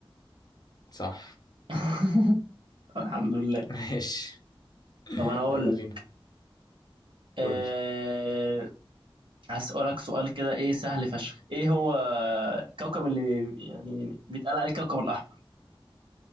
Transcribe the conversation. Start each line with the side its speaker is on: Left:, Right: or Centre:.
Left: صح
Right: <laughs> الحمد لله
Left: <laughs> ماشي
Right: طب انا اقول
Left: يلا
Right: لك.
Left: بينا
Right: آه
Left: قول لي
Right: هسألك سؤال كده ايه سهل فشخ ايه هو الكوكب اللي يعني بيتقال عليه الكوكب الاحمر